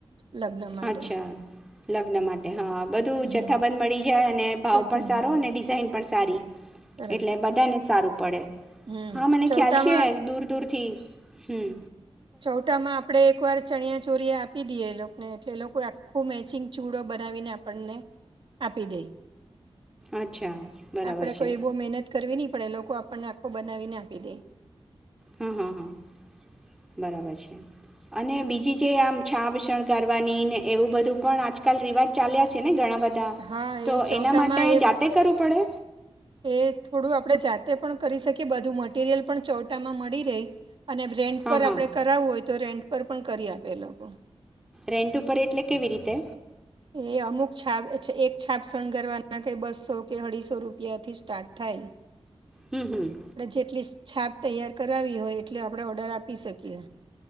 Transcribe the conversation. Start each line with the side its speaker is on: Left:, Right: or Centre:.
Right: લગ્ન માટે
Centre: અચ્છા લગ્ન માટે હા બધું
Right: હમ
Centre: જથ્થાબંધ મળી જાય અને ભાવ
Right: બધું
Centre: પણ સારો
Right: હા
Centre: અને ડિઝાઇન પણ સારી.
Right: બરાબર
Centre: એટલે બધાને સારું. પડે.
Right: હમ
Centre: હા મને
Right: ચૌટામાં
Centre: ખ્યાલ છે દૂર દૂર થી. હમ્મ
Right: ચૌટામાં આપણે એકવાર ચણિનયા ચોરીએ આપી દઈએ. ને એટલે એ લોકો આખું મેચિંગ ચૂડો બનાવીને આપણને આપી દે.
Centre: અચ્છા બરાબર
Right: આપડે
Centre: છે
Right: કોઈ બો મહેનત કરવી નહી પડે એ લોકો આ આપણને આખો બનાવીને આપી દે.
Centre: હા હા હા બરાબર છે, અને બીજી જે આમ છાબ શણગારવાની ને એવું બધું પણ આજકાલ રિવાજ. ચાલ્યા છે ને ઘણા બધા
Right: હા
Centre: તો
Right: એ ચૌટામાં
Centre: એના માટે
Right: એ
Centre: જાતે કરવું પડે
Right: એ થોડું આપણે જાત તે પણ કરી શકી બધું મટીરિયલ પણ ચોટામાં મળી રહેહી અને રેન્ટ
Centre: હા
Right: પર
Centre: હા
Right: આપડણે કરાવવું હોય તો રેન્ટ પર પણ કરી આપે એ લોકો
Centre: રેન્ટ ઉપર એટલે કેવી રીતે
Right: એ અમુક છાપ એક છાપ શણગારવા ના ક બસ્સો કે અઢીસો રૂપિયાથી સ્ટાર્ટ થાય
Centre: હમ હમ
Right: જેટલી છાપ તૈયાર કરાવી હોય એટલે આપણે ઓર્ડર આપી શકીએ